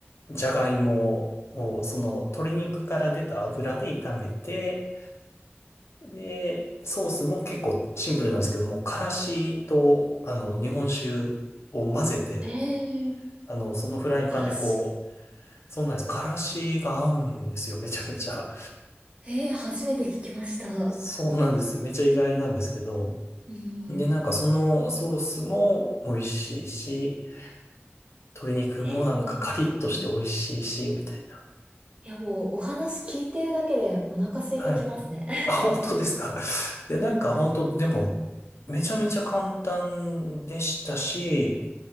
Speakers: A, on the left; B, on the right.
A: じゃがいもをその鶏肉から出た油で炒めて、で、ソースも結構シンプルなんですけども、からしと、あの、日本酒を混ぜて、
B: ええ
A: あの、そのフライパンでこう、
B: からし。
A: そうなんです。からしが合うんですよ。めちゃめちゃ。
B: ええ初めて聞きました。
A: そうなんです。めちゃ意外なんですけど。
B: うん。
A: で、なんかそのソースも美味しいし、鶏肉もなんかカリッとして美味しいし、
B: ええもう、うん。い
A: みたいな。
B: やもう、お話聞いてるだけでお腹空いてきますね。
A: はい。あ、本当ですか。<laughs> いや、
B: <laughs> うん。
A: なんか本当、でも、めちゃめちゃ簡単でしたし、